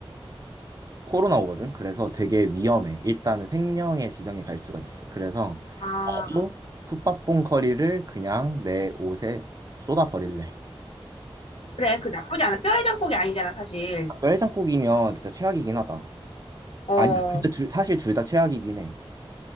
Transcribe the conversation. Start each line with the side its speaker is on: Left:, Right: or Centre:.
Right: 코로 나오거든. 그래서 되게 위험해. 일단은 생명의 지정이 갈 수가 있어. 그래서
Left: 아.
Right: 나도 풋밥봉 커리를 그냥 내 옷에 쏟아 버릴래.
Left: 그래, 그 나쁘지 않아. 뼈에 장국이 아니잖아, 사실.
Right: 닭뼈 해장국이면 진짜 최악이긴 하다.
Left: 어,
Right: 아니, 근데 둘- 사실 둘 다 최악이긴 해.